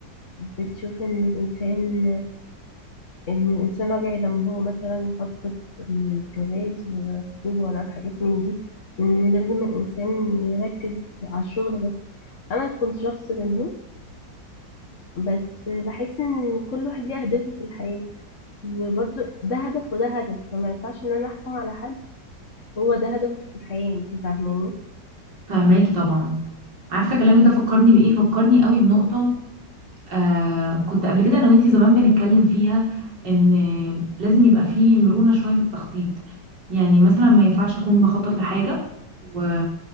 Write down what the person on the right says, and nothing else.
فهماكي طبعا عارفه كلامك ده فكرني بايه فكرني قوي بنقطه آه كنت قبل كده انا وانتي زمان بنتكلم فيها ان لازم يبقى فيه مرونه شويه في التخطيط يعني مثلا ما ينفعش اكون بخطط لحاجه و...